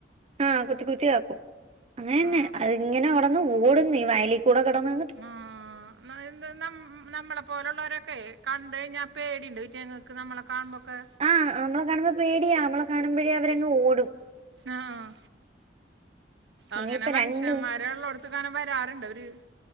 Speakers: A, on the right (about 35°); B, on the right (about 70°).
A: ആഹ് കുത്തി കുത്തി താക്കും അങ്ങനെന്നെ
B: ആ
A: അത് ഇങ്ങനെ അവടന്ന് ഓടുന്നേ വയലി കൂടെ കെടന്ന്
B: ആഹ് <unintelligible> നമ്മ് നമ്മളെ പോലുള്ളവരൊക്കെ കണ്ട് കഴിഞ്ഞാ പേടിണ്ട് ഇറ്റേങ്ങക്ക് നമ്മള കാണുമ്പോക്കെ.
A: ആഹ് നമ്മള കാണുമ്പോ പേടിയാ നമ്മളെ കാണുമ്പോഴേ അവരങ്ങ് ഓടും.
B: ആഹ് അങ്ങനെ
A: ഇനിയിപ്പ
B: മനുഷ്യന്മാര
A: രണ്ട്
B: ഉള്ളോ കാണുമ്പ വരാറുണ്ട് അവര്